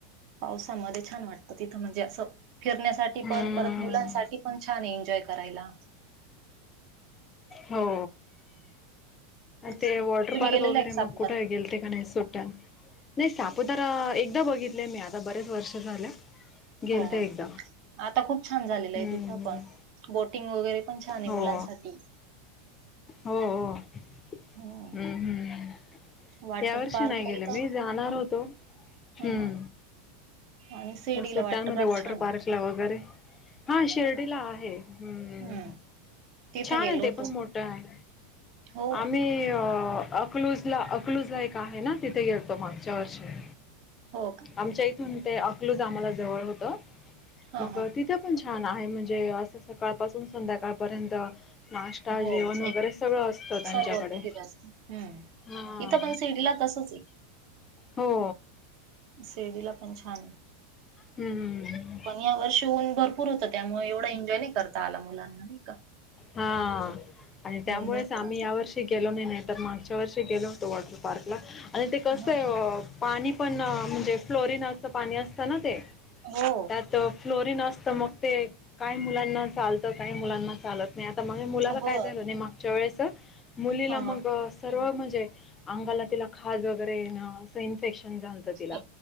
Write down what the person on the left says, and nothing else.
हम्म.
हो.
ते
वॉटर
पार्क
वगैरे
मग
कुठे गेलते का नाही सुट्ट्यात नाही. सापुतारा एकदा बघितलेय मी आता बरेच वर्ष झाले गेलते
एकदा.
हम्म.
हो.
हो हो ह
हं.
या वर्षी
नाही गेलं
मी जाणार होतो.
हं.
सुट्ट्यां मध्ये
वॉटर
पार्कला
वगैरे. हा शिर्डीला आहे हं
छान
आहे ते
पण मोठं आहे.
आम्ही अ... अकलूजला अकलूज ला एक आहे ना तिथे गेेततो मा, मागच्या वर्षी.
आमच्या ते अकलूज आम्हाला जवळ होत
मग
तिथे पण. छान आहे म्हणजे असं सकाळपासून संध्याकाळपर्यंत. नाश्ता
जेवण वगैरे
सगळं असतं
त्यांच्याकडे.
हा
हो.
हम्म.
हा, आणि त्यामुळेच
आम्ही
या वर्षी गेलो नाही नाही तर मागच्या वर्षी गेलो होतो वॉटर पार्कला आणि ते कसं.
<unintelligible> पाणी पण म्हणजे फ्लोरिन असं पाणी असतं ना ते
त्यात फ्लोरन असतं तर मग ते काय मुलांना चालतं काय मुलांना चालत नाही. आता मुलाला
काय झाले नाही मागच्या वेळेस मुलीला
मग
सर्दी. त म्हणजे अंगाला खाज वगैरे असं एंपेंशन येणं झालतं तिला.